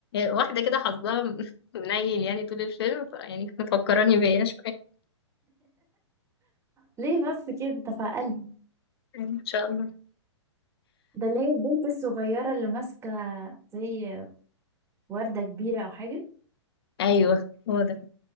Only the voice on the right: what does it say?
ليه بس كده ده في قلبي
ده اللي هي البنت الصغيرة اللي ماسكة زي وردة كبيرة او حاجة